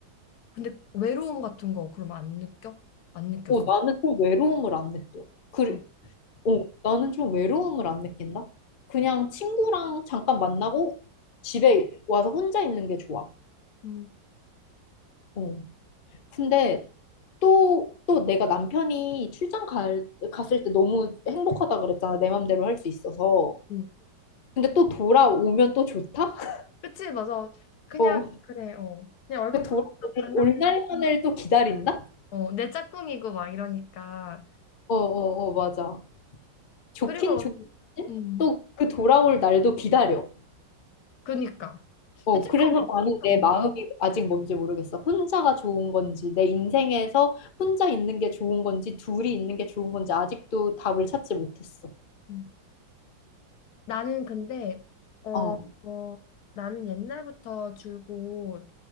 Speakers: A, on the left (about 65°); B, on the left (about 90°).
A: 근데 외로움 같은 거 그러면 안 느껴? 안 느꼈었어.
B: 어, 나는 좀 외로움을 안 느껴. 그,
A: 아, 어,
B: 어, 나는 좀 외로움을 안 느낀다? 그냥 친구랑 잠깐 만나고 집에 와서 혼자 있는 게 좋아.
A: 음,
B: 어. 근데 또, 또 내가 남편이 출장 갈, 갔을 때 너무 행복하다 그랬잖아. 내 맘대로 할 수 있어서.
A: 음.
B: 근데 또 돌아오면 또 좋다? <laughs>
A: 그치, 맞아. 그냥,
B: 어.
A: 그래, 어. 그냥 얼굴
B: 그 돌아올
A: 보면서 반갑
B: 날만을 또 기다린다?
A: 어, 내 짝꿍이고 막 이러니까.
B: 어, 어, 어, 맞아. 좋긴
A: 그리고,
B: 좋은데
A: 음,
B: 또 그 돌아올 날도 기다려.
A: 그니까.
B: 어,
A: 죄책감
B: 그래서
A: 무슨
B: 나는
A: 감정?
B: 내 마음이 아직 뭔지 모르겠어. 혼자가 좋은 건지, 내 인생에서 혼자 있는 게 좋은 건지, 둘이 있는 게 좋은 건지 아직도 답을 찾지 못했어.
A: 음. 나는 근데, 어,
B: 어,
A: 어, 나는 옛날부터 줄곧